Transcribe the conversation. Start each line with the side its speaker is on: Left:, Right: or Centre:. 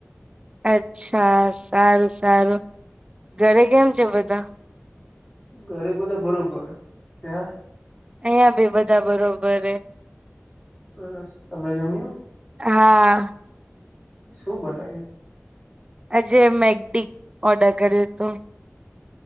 Right: અચ્છા સારું સારું, ઘરે કેમ છે બધા?
Left: ઘરે બધા બરોબર, ત્યાં?
Right: અહિયા ભી બધા બરોબર હે.
Left: સરસ, તમે જમ્યુ?
Right: હા.
Left: શું બનાયુ?
Right: આજે મેકડી ઓર્ડર કર્યું હતું.